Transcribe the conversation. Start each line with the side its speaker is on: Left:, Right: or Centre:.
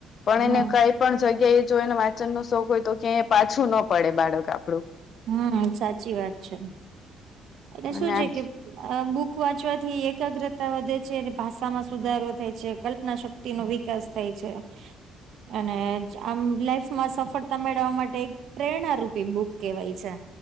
Left: પણ
Right: હમ
Left: એને કાંઈ પણ જગ્યાએ જો એને વાંચનનો શોખ હોય તો ક્યાંય પાછું ન પડે બાળક આપણું.
Right: હહ સાચી વાત છે. એટલે
Left: અને
Right: શું છે કે બુક વાંચવાથી એકાગ્રતા વધે છે ભાષામાં સુધારો થાય છે કલ્પના શક્તિ નો વિકાસ થાય છે. અને આમ લાઈફમાં સફળતા મેળવવા માટે પ્રેરણ રૂપી બુક કેવાય છે.